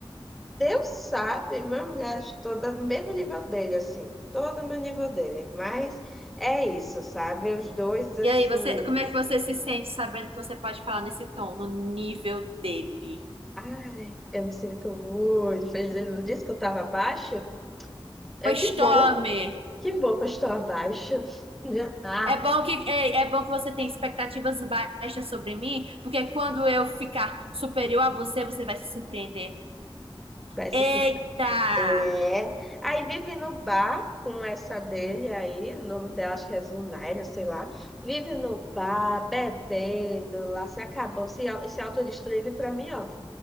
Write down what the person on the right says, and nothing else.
E aí, você, como é que você se sente sabendo que você pode falar nesse tom, no nível dele?
Pois
tome!
É bom que, é, é bom que você tem expectativas baixas sobre mim, porque quando eu ficar superior a você, você vai se surpreender.
Eita!